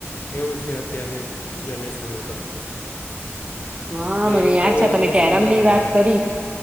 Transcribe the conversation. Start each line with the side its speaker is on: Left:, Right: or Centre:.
Left: એવું છે અત્યારની જનરેશનનું તો.
Right: હા,
Left: એટલે
Right: મને
Left: એ થોડું
Right: યાદ છે
Left: એ લોકોને
Right: તમે
Left: સમજાવવું
Right: કેરમ ની વાત
Left: પડે.
Right: કરી,